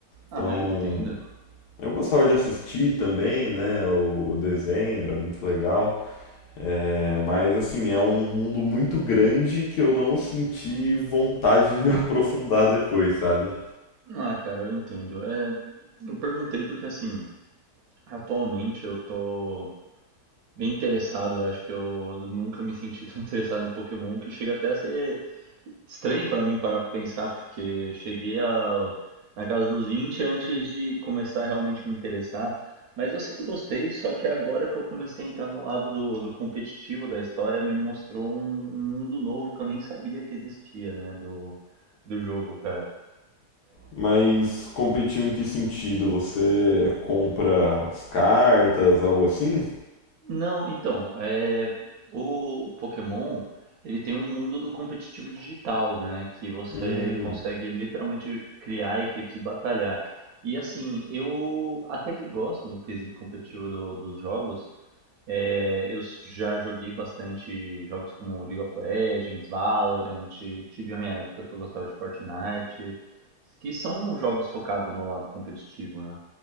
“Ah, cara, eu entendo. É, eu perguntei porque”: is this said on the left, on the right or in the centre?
Right